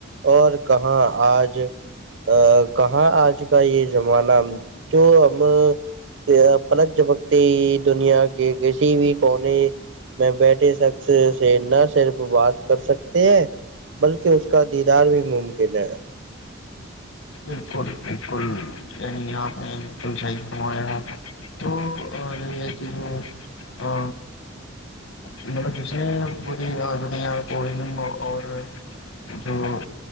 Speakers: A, on the right; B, on the left.
A: اور کہاں آج ا کہاں آج کا یہ زمانہ جو ہم جھا پلک جھپکتے ہی دنیا کے کسی بھی کونے میں بیٹھے شخص سے نہ صرف بات کر سکتے ہیں بلکہ اس کا دیدار بھی ممکن ہے
B: بالکل بالکل یعنی آپ نے بالکل صحیح فرمایا تو یہ ا مطلب جسے پوری آدمیاں کو علم اور جو